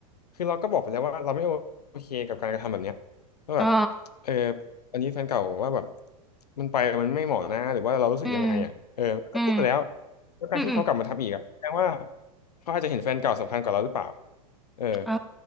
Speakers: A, on the left; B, in the centre.
A: คือเราก็บอกไปแล้วว่าเราไม่โอเคกับการกระทำแบบเนี้ยว่าแบบ
B: อ่า
A: เอออันนี้แฟนเก่าว่าแบบมันไปมันไม่เหมาะนะหรือว่าเรารู้สึกยังไงอ่ะเออก็พูดไปแล้ว
B: อืมอืม
A: แล้วการที่เขากลับมาทำอีกอ่ะแสดงว่า
B: อืมอืม
A: เขาอาจจะเห็นแฟนเก่าสำคัญกว่าเราหรือเปล่าเออ
B: อ่า